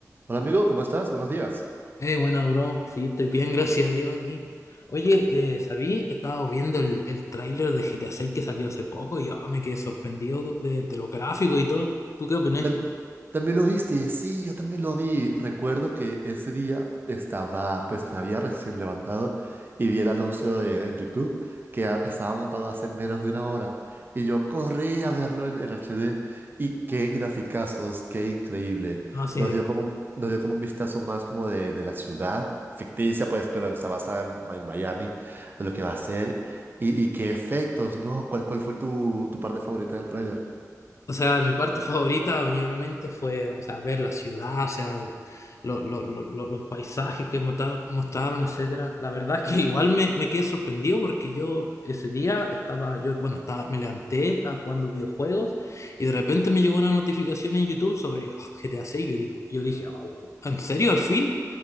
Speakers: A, on the right; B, on the left.
A: Hola amigo, ¿cómo estás? Buenos días.
B: Eh, buena, bro. Sí, estoy bien, <laughs> gracias a Dios aquí. Oye, eh, ¿sabí? He estado viendo el, el tráiler de GTA 6 que salió hace poco y ah, me quedé sorprendido de, de los gráficos y todo. ¿Tú qué opinas?
A: Tam- ¿También lo viste? Sí, yo también lo vi. Recuerdo que ese día estaba, pues me había recién levantado y vi el anuncio de, en YouTube que a- estaba montado hace menos de una hora y yo corrí a verlo en, en HD y qué graficazos, qué increíble.
B: Ah, sí.
A: Nos dio como, un- nos dio como un vistazo más como de, de la ciudad ficticia, pues, pero está basada en, en Miami, de lo que va a ser y, y qué efectos, ¿no? ¿Cuál, cuál fue tu, tu parte favorita del tráiler?
B: O sea, mi parte favorita, mayormente, fue, o sea, ver la ciudad, o sea, lo- lo- lo- lo- los paisajes que mota- mostraron, etcétera. La verdad es que igual me, me quedé sorprendido porque yo ese día estaba, yo, bueno, estaba, me levanté, estaba jugando videojuegos y de repente me llegó una notificación en YouTube sobre oh, GTA 6. Yo digo, yo dije, "Oh, ¿en serio, al fin?